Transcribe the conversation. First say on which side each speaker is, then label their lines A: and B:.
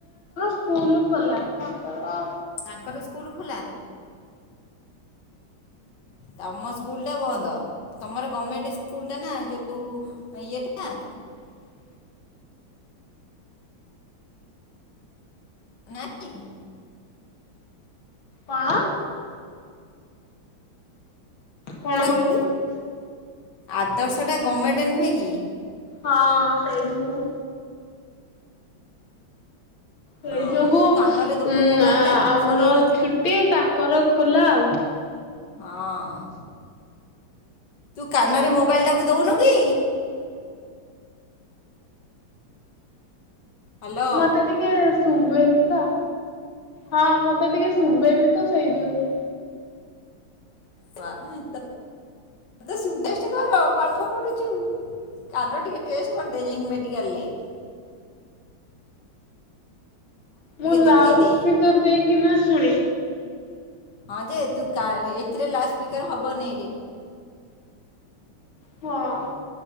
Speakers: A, on the left; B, on the left.
A: ସ୍କୁଲ ଖୋଲା ତାଙ୍କର
B: ତାଙ୍କର ସ୍କୁଲ ଖୋଲା? ତମ ସ୍କୁଲ ଟା ବନ୍ଦ ତମର ଗମେଣ୍ଟ ସ୍କୁଲ ଟା ନା ଯୋଉଁ ଇଏଟା
A: <inaudible>
B: ନାଇଁ।
A: କଣ?
B: <unintelligible>
A: କଣ କହିଲୁ?
B: ଆଦର୍ଶ ଟା ଗମେଣ୍ଟ ନୁହେଁ କି?
A: ହଁ ସେଇଥି ପାଇଁ ସେଇ
B: ହଁ
A: ଯୋଗୁଁ
B: ତୁ କାନରେ ଦଉନୁ
A: ଉ
B: ମୋବାଇଲଟା
A: ଆ ଆମର
B: ଶୁଣେଇ ତତେ
A: ଛୁଟି ତାଙ୍କର ଖୋଲା ଆଉ।
B: ହଁ। ତୁ କାନରେ ମୋବାଇଲ ଟାକୁ ଦଉନୁ କି? ହ୍ୟାଲୋ
A: ମତେ ଟିକେ ଶୁବେନି ତ ହଁ ମତେ ଟିକେ ଶୁବେନି ସେଇଥି ଯୋଗୁଁ।
B: ତୁଆ <unintelligible> <unintelligible> କର ପାଠ ପଢ଼ୁଛୁ କାନ ଟିକେ ଟେଷ୍ଟ କରିଦେ ଯାଇକି ମେଡ଼ି ଡିକାଲ୍ ରେ।
A: ମୁଁ
B: ଦେଖେଇ
A: ଲାଉଡ
B: ଦେ
A: ସ୍ପିକର ଦେଇ କିନା ଶୁଣେ।
B: ହଁ ଯେ ତୁ କା ଏଥିରେ ଲାଉଡ଼ ସ୍ପିକର ହବନି ରେ
A: ହଁ।